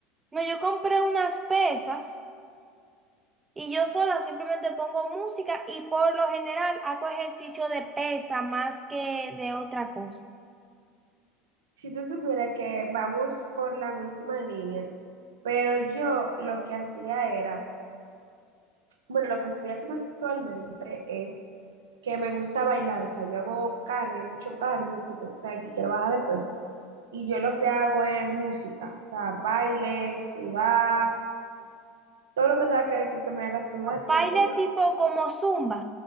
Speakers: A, on the right; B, on the right.
A: No, yo compré unas pesas y yo sola simplemente pongo música y por lo general hago ejercicio de pesa más que de otra cosa.
B: Si tú supieras que vamos por la misma línea, pero yo lo que hacía era, bueno, lo que estoy haciendo actualmente es que me gusta bailar, o sea, yo hago cardio, mucho cardio, porque tú sabes que quiero bajar de peso, y yo lo que hago es música, o sea, baile, sudar, Todo lo que tenga que ver con que me haga sudar, eso
A: Baile
B: es lo que yo hago.
A: tipo como zumba,